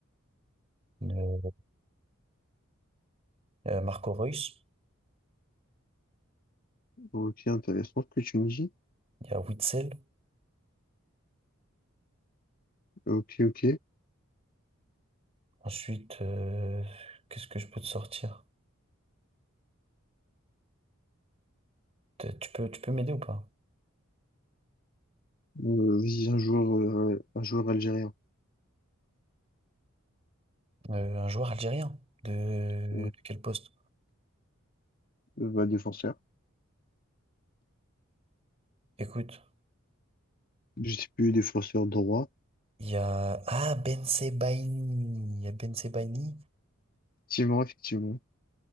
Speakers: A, on the right; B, on the left.
A: Euh, euh, Marco Reus.
B: Ok, intéressant ce que tu me dis.
A: Il y a Witzel.
B: Ok, ok.
A: Ensuite, euh, qu'est-ce que je peux te sortir? T'as- Tu peux, tu peux m'aider ou pas?
B: Euh, vas-y, un joueur, euh, un joueur algérien.
A: Euh, un joueur algérien. De,
B: Ouais.
A: de quel poste?
B: Euh, bah, défenseur.
A: Écoute,
B: Je sais plus, défenseur droit.
A: il y a... Ah, Ben Sebaini. Il y a Ben Sebaini.
B: Effectivement, effectivement.